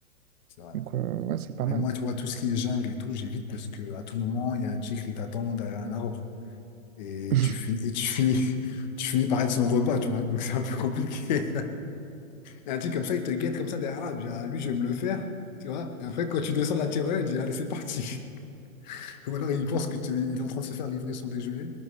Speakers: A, on the left (about 30°); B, on the right (about 85°).
A: c'est vrai.
B: Donc, euh, ouais, c'est pas mal.
A: Et moi, tu vois, tout ce qui est jungle et tout, j'évite parce que à tout moment, il y a un tigre qui t'attend derrière un arbre. Et
B: <laughs>
A: tu finis et tu finis <laughs> tu finis par être son repas, tu vois. Donc c'est un peu compliqué. Et un type comme ça, il te guette comme ça derrière là. Il dit, ah, lui, je vais me le faire. Tu vois? Et après, quand tu descends de la tirelire, il dit, allez, c'est parti. <laughs> Ou alors, il pense que tu- il est en train de se faire livrer son déjeuner.